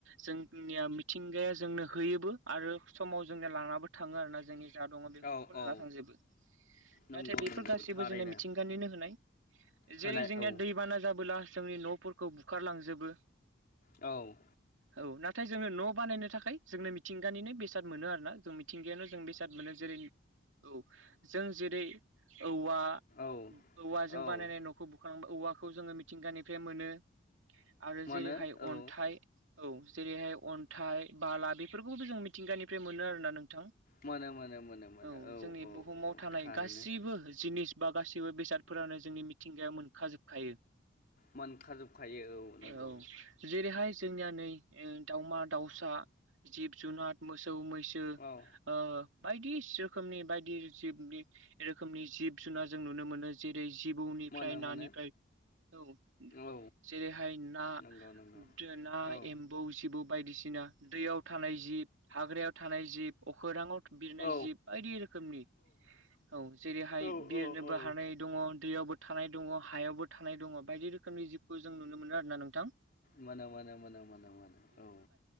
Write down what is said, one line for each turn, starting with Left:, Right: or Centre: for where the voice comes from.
Right: जोंनिया मिथिंगाया जोंनो होयोबो आरो समाव जोंनिया लांनाबो थांङो आरोना जोंनि जा दंङ बेफोरखौ
Left: औ
Right: लाना
Left: औ
Right: थांजोबो।
Left: नंगौ
Right: नाथाय बेफोर
Left: नंगौ
Right: गासैबो
Left: थारैनो
Right: जोंनो मिथिंगानिनो होनाय।
Left: होनाय
Right: जेरै जोंनिया
Left: औ
Right: दैबाना जाबोला जोंनि न'फोरखौ बुखारलांजोबो।
Left: औ
Right: औ नाथाय जोङो न' बानायनो थाखाय जोंनो मिथिंगानिनो बेसाद मोनो आरो ना जों मि थिंगायावल' जों बेसाद मोनो जेरै औ जों जेरै औवा
Left: औ
Right: औवाजों
Left: औ
Right: बानायनाय न'खौ बुखां औवाखौ जोङो मिथिंगानिफ्राय मोनो। आरो
Left: मोनो
Right: जेरैहाय अन्थाइ,
Left: औ
Right: औ जेरैहाय अन्थाइ बाला बे फोरखौबो जों मिथिंगानिफ्राय मोनो आरो ना नों थां
Left: मोनो मोनो मोनो मोनो
Right: औ जोंनि
Left: औ औ
Right: बुहुमाव थानाय
Left: थारैनो
Right: गासिबो जिनिस बा गासैबो बेसादफोरानो जोंनि मिथिंगायाव मोनखाजोबखायो।
Left: मोनखाजोबखायो नंगौ
Right: औ जेरैहाय जोंनिया नै ओ दाउमा-दाउसा, जिब-जुनार मो सौ, मैसो
Left: औ
Right: ओ बायदि रोखोमनि बायदि जिबनि रोखोमनि जिब जुनार जों नुनो मोनो। जेरै जिबौनिफ्राय,
Left: मोनो मोनो
Right: नानिफ्राय औ
Left: औ
Right: जेरैहाय ना
Left: नंगौ नंगौ
Right: दा
Left: औ
Right: एम्बौ जिबौ बायदिसिना दैयाव थानाय जिब, हाग्रायाव थानाय जिब अखोराङाव बिरनाय
Left: औ
Right: जिब बायदि रोखोमनि, औ जेरैहाय
Left: औ
Right: बिरनोबो
Left: औ औ
Right: हानाय दङ। दैयावबो थानाय दङ हायावबो थानाय दङ बायदि रोखोमनि जिबखौ जों नुनो मोनो आरोना नोंथां।
Left: मोनो मोनो मोनो मोनो मोनो औ।